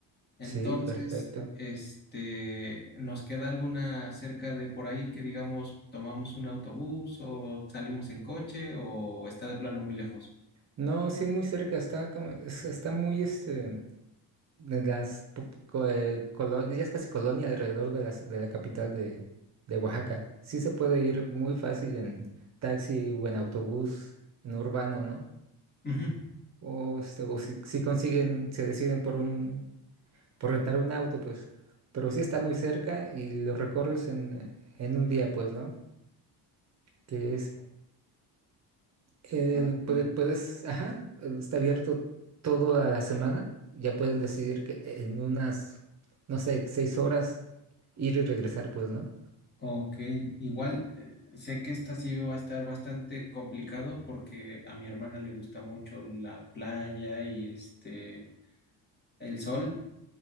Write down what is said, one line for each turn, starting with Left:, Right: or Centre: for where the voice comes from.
Left: Entonces,
Right: sí, perfecto.
Left: este, nos queda alguna cerca de por ahí que digamos tomamos un autobús o salimos en coche o está de plano muy lejos.
Right: No, sí, muy cerca, está como, es- está muy, este... de las po- co- eh, colo- ya es casi colonia alrededor de la, ci- de la capital de, de Oaxaca. Sí se puede ir muy fácil en taxi o en autobús, en urbano, ¿no?
Left: Ujú.
Right: O, este, o si, si consiguen, se deciden por un, por rentar un auto, pues. Pero sí está muy cerca y lo recorres en, en un día, pues, ¿no? Que es Eh,
Left: Ah,
Right: puede-
Left: ya.
Right: puedes, ajá, eh, está abierto toda la semana. Ya pueden decidir que en unas, no sé, seis horas ir y regresar, pues, ¿no?
Left: Ok, igual eh, sé que esta sí va a estar bastante complicado porque a mi hermana le gusta mucho la playa y este el sol.